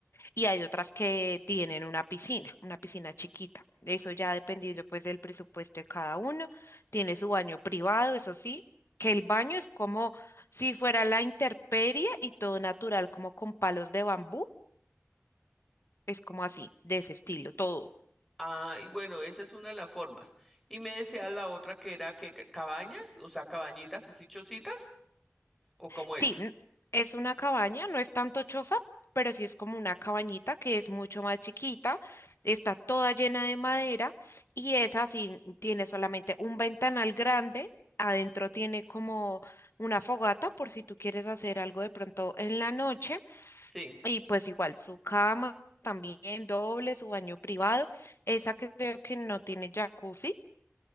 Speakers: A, on the left; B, in the centre.
A: y hay otras que tienen una piscina, una piscina chiquita. Eso ya dependiendo pues del presupuesto de cada uno. Tiene su baño privado, eso sí, que el baño es como si fuera la intemperie y todo natural, como con palos de bambú. Es como así, de ese estilo, todo.
B: Ah, y bueno, esa es una de las formas. Y me decía la otra que era que ca- cabañas, o sea, cabañitas, así chocitas, o cómo
A: Sí,
B: es.
A: n- es una cabaña, no es tanto choza, pero sí es como una cabañita que es mucho más chiquita, está toda llena de madera y esa sí tiene solamente un ventanal grande, adentro tiene como una fogata por si tú quieres hacer algo de pronto en la noche
B: Sí,
A: y pues igual su cama también doble, su baño privado, esa creo que no tiene jacuzzi.